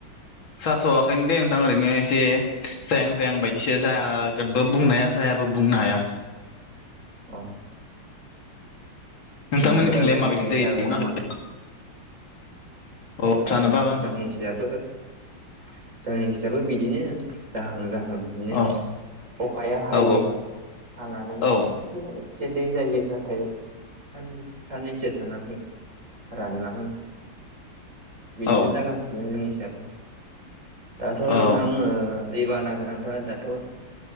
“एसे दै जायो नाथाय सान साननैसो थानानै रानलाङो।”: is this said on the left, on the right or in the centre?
Right